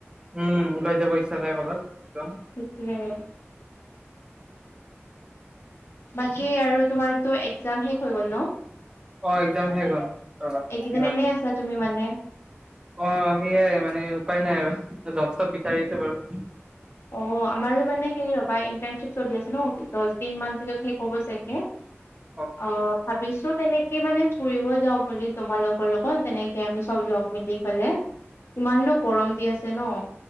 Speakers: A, on the right; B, on the left.
A: উম ওলাই যাব ইচ্ছা যায় কৰ'বাত একদম
B: সেইটোৱেই। বাকী আৰু তোমাৰটো একজাম শেষ হৈ গ'ল ন?
A: অ' এক্সাম শেষ হল ৰবা
B: এইকেইদিন
A: কিবা
B: এনে আছা তুমি মানে?
A: অ' সেইয়াই মানে উপায় নাই আৰু জব চব বিচাৰিছে বাৰু।
B: অ' আমাৰো মানে সেই ৰবা ইণ্টাৰ্ণশ্বিপ চলি আছে ন দহ দিন মান পিছত শেষ হব ছাগে।
A: <inaudible>
B: অ'। ভাবিছো, তেনেকে মানে ফুৰিব যাওঁ বুলি তোমালোকৰ লগত তেনেকে আমি চব লগ মিলি গলে। ইমানো গৰম দি আছে ন।